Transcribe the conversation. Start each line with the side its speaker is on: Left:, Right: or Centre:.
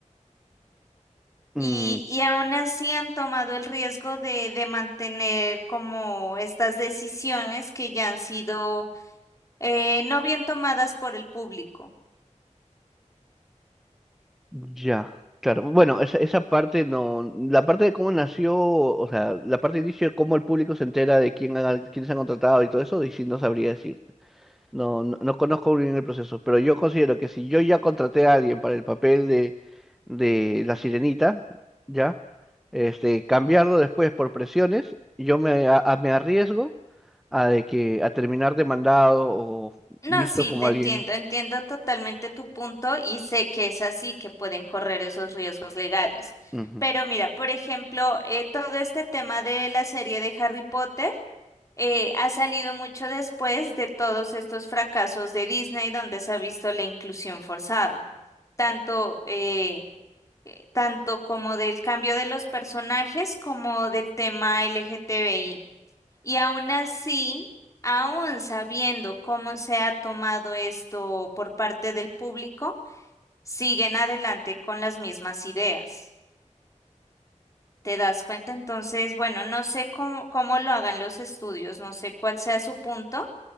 Centre: mm,
Left: Y, y aún así han tomado el riesgo de, de mantener como estas decisiones que ya han sido eh, no bien tomadas por el público.
Centre: ya, claro. Bueno, esa, esa parte no... La parte de cómo nació, o sea, la parte de inicio de cómo el público se entera de quién, ha- quiénes han contratado y todo eso, y sí no sabría decir. No, no, no conozco bien el proceso, pero yo considero que si yo ya contraté a alguien para el papel de, de la sirenita, ya, este, cambiarlo después por presiones, yo me, a- a- me arriesgo a de que a terminar demandado o
Left: No,
Centre: visto
Left: sí,
Centre: como
Left: te entiendo,
Centre: alguien.
Left: entiendo totalmente tu punto y sé que es así que pueden correr esos riesgos legales.
Centre: Ujú.
Left: Pero mira, por ejemplo, eh, todo este tema de la serie de Harry Potter eh, ha salido mucho después de todos estos fracasos de Disney donde se ha visto la inclusión forzada, tanto, eh, eh, tanto como del cambio de los personajes como del tema LGTBI. Y aún así, aún sabiendo cómo se ha tomado esto por parte del público, siguen adelante con las mismas ideas. ¿Te das cuenta? Entonces, bueno, no sé cómo, cómo lo hagan los estudios, no sé cuál sea su punto,